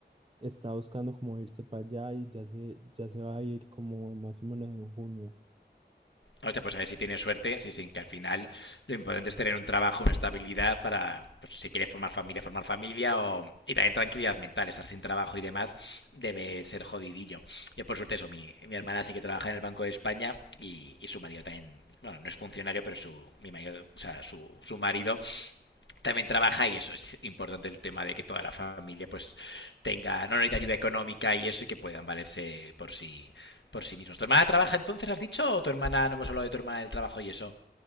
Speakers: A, on the right; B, on the left.
A: está buscando como irse para allá y ya se, ya se va a ir como más o menos en junio.
B: O sea, pues a ver si tiene suerte, sí, sí, que al final lo importante es tener un trabajo, una estabilidad para, pues, si quieres formar familia, formar familia o, y también tranquilidad mental, estar sin trabajo y demás debe ser jodidillo. Yo por suerte eso, mi, mi hermana sí que trabaja en el Banco de España y, y su marido también, bueno, no es funcionario, pero su, mi marido, o sea, su, su marido también trabaja y eso es importante el tema de que toda la familia pues tenga, no necesita ayuda económica y eso y que puedan valerse por sí, por sí mismos. ¿Tu hermana trabaja entonces, has dicho? ¿O tu hermana, no hemos hablado de tu hermana del trabajo y eso?